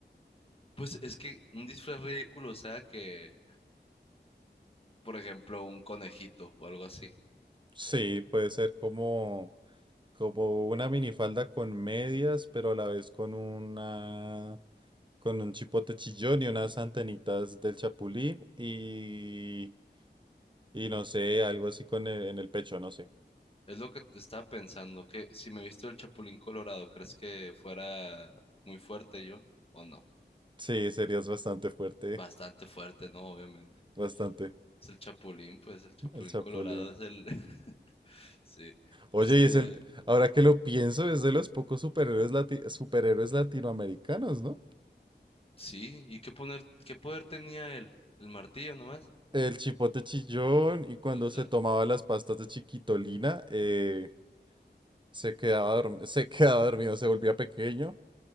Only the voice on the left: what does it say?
pues es que un disfraz ridículo, o sea, que, por ejemplo, un conejito o algo así.
Es lo que te estaba pensando, que si me he visto el Chapulín Colorado, ¿crees que fuera muy fuerte yo o no?
Bastante fuerte, ¿no? Obviamente.
Es el Chapulín, pues el Chapulín
Colorado es el... <laughs> Sí.
Este,
sí, ¿y qué poner, qué poder tenía él? ¿El martillo nomás?
Ajá.